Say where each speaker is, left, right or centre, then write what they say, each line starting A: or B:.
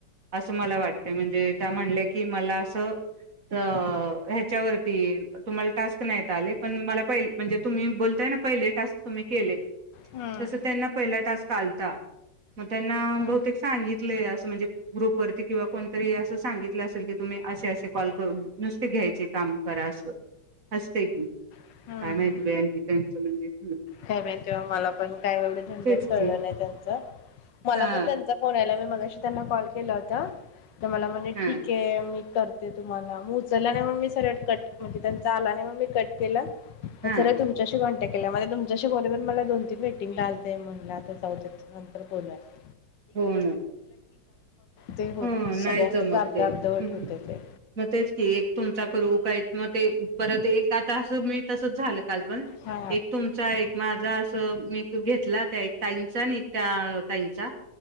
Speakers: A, on the right; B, on the left.
A: अस मला वाटतय म्हणजे त्या म्हणल्या की मला अस त्या ह्याच्यावरति तुंम्हाला टास्क नाही का आले पण मला पहील म्हणजे तुंम्ही बोलताय ना पहीले टास्क तुंम्ही केले
B: हम्म
A: तसा त्यांना पहीला टास्क आलथा त्यांना
B: हम्म
A: बहुतेक सांगितलंय असं म्हणजे ग्रुपवरती किंवा कोणतरी असं सांगितलं असेल की तुम्ही असे असे कॉल करून नुसते घ्यायचे काम करा अस असतय की
B: हम्म
A: काय
B: हम्म.
A: माहीती बाई आणखीन कसये ते
B: काय नाही तेव्हा मला पण काय एवढं झंझट
A: तेच
B: कळल
A: की
B: नाही त्यांच मला
A: हा
B: पण त्यांचा फोन यायला मगाशी त्यांना कॉल केला होता तर मला म्हणे
A: हा
B: ठीके करते तुम्हाला मग उचलला नाही मी सरळ कट म्हणजे त्यांचा आला नाही मग मी कट केला उचलला
A: हा
B: तुमच्याशी भांडता ते केल्यामुळं तुमच तुझ्याशी बोलल्या नंतर मला दोन तीन मिटींग आल्याथा म्हणल्या आता जाऊदे नंतर बोलुयात
A: हो ना
B: ते होत
A: ह
B: सगळ्यांचच
A: नाही जमत
B: अर्ध
A: ते
B: अर्धवट
A: हम्म
B: होतं ते.
A: मग तेच की एक तुमचा करू का एक मग ते परत एक आता असं मी तसच झालं काल पण
B: हा
A: एक तुमचा एक मा ज असं मी घेतला त्या एक ताईंचा आणि एक त्या ताईंचा